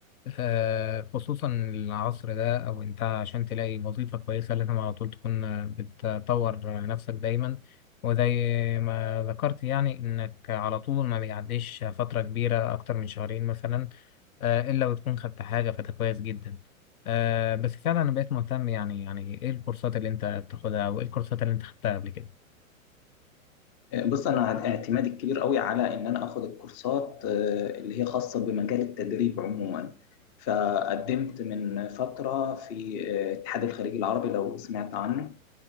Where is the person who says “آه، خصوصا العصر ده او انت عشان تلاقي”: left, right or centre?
Left